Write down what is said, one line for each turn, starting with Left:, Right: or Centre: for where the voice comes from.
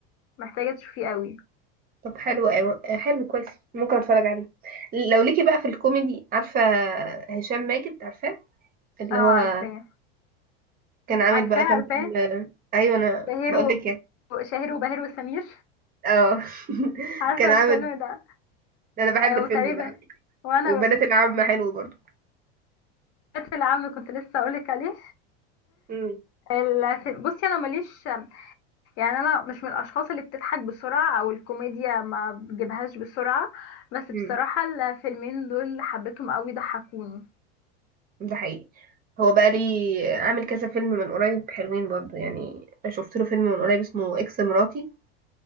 Left: محتاجة تشوفيه قوي
Right: طب حلو أيوة. حلو كويس ممكن اتفرج عليه لو ليكي بقى في الكوميدي عارفة هشام ماجد عارفاه اللي
Left: اه عارفاه
Right: هو كان عامل
Left: عارفاه
Right: بقى كام
Left: عارفاه
Right: فيلم ايوه انا
Left: شهير
Right: بقول
Left: و...
Right: لك يعني
Left: شهير وبهير وسمير
Right: اه <laughs>
Left: <laughs> عارفة
Right: كان عامل
Left: الفيلم ده
Right: انا بحب
Left: آه
Right: الفيلم
Left: وتقريبا
Right: ده على فكرة.
Left: وانا
Right: وبنات العم حلو برضه
Left: بنات العم كنت لسه اقولك عليه
Right: امم
Left: ال- في- بصي انا ماليش يعني انا مش من الاشخاص اللي بتضحك بسرعه او الكوميديا ما بجيبهاش بسرعه بس
Right: امم
Left: بصراحه الفيلمين دول حبيتهم قوي ضحكوني
Right: ده حقيقي هو بقى لي عامل كذا فيلم من قريب حلوين برضه يعني أنا شفت له فيلم من قريب اسمه اكس مراتي